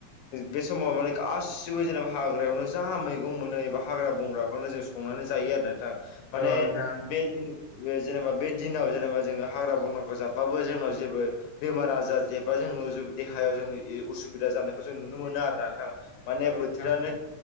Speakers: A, on the left (about 80°); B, on the left (about 65°).
A: बे समाव माने गासिबो जेनेबा हाग्रायावनो जा मैगं मोनो एबा हाग्रा बंग्राखौनो जों संनानै जायो आरो ना नोंथां माने
B: औ नोंथां
A: बे दिन जेनेबा बे दिनाव जेनेबा जोङो हाग्रा बंग्राखौ जाबा बो जोंनाव जेबो बेमार आजार जेबा जोंनाव जों देहायाव जेबो असुबिदा जानायखौ जों नुनो मोना आरो ना नोंथां माने
B: औ नोंथां
A: बोथोरानो